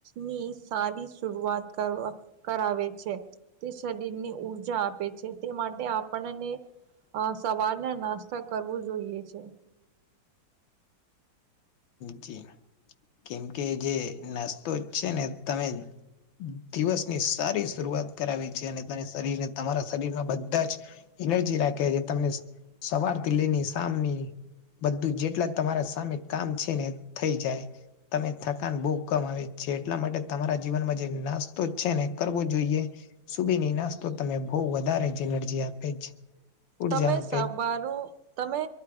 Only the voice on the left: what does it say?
જી કેમ કે જે નાસ્તો છે, ને તમે દિવસની સારી શરૂઆત કરાવી છે, અને તને શરીરને તમારા શરીરમાં બધા જ એનર્જી રાખે તમને સવારથી લઈની સામ ની બધું જેટલા તમારા સામે કામ છે ને થઈ જાય. તમે થકાન બહુ કમ આવે છે જેટલા માટે તમારા જીવનમાં જે નાસ્તો છે ને કરવો જોઈએ. સુબીની નાસ્તો તમે બહુ વધારે જ એનર્જી આપે છે. ઉર્જા
આપે